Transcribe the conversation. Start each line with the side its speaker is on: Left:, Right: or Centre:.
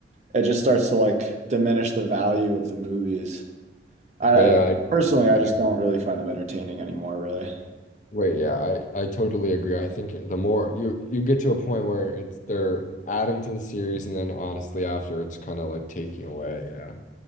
Right: it just starts to like diminish the value of the movies. I don't
Left: But yeah, I,
Right: know. Personally, I
Left: I
Right: just don't really find them entertaining anymore, really.
Left: wait, yeah, I, I totally agree. I think the more you you get to a point where it's they're adding to the series and then honestly after it's kind of like taking away, yeah.